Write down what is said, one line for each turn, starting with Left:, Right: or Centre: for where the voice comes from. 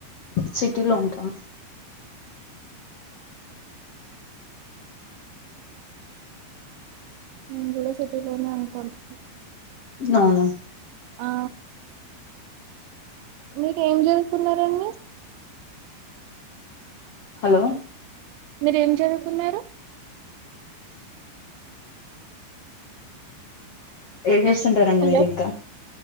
Left: సిటీలో ఉంటాం
Right: నేన్ కూడా సిటీలోనే ఉంటాను
Left: అవును
Right: ఆ మీరు ఏం చదువుతున్నారండీ
Left: హలో
Right: మీర్ ఏం జరుకున్నారు
Left: ఏజెస్తుంటారండి
Right: హలో
Left: మీర్ ఇంకా